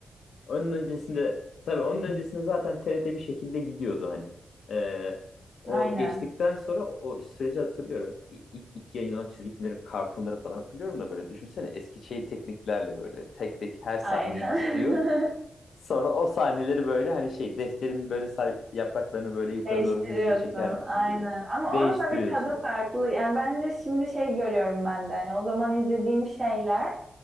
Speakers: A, on the left; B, on the right.
A: Onun öncesinde tabii onun öncesinde zaten TRT bir şekilde gidiyordu hani. Ee, o
B: Aynen.
A: geçtikten sonra o süreci hatırlıyorum. İ- İlk, ilk yayınlanan çizgi filmleri, kartonları falan hatırlıyorum da böyle düşünsene eski şey tekniklerle böyle tek tek her sahneyi
B: Aynen.
A: çiziyor.
B: <laughs>
A: Sonra o sahneleri böyle hani şey defterin böyle say- yapraklarını böyle yukarı
B: Değiştiriyorsun
A: doğru hızlıca çeker misin
B: aynen
A: gibi
B: ama
A: değiştiriyorsun.
B: onun da bir tadı farklı yani bence şimdi şey görüyorum ben de hani o zaman izlediğim şeyler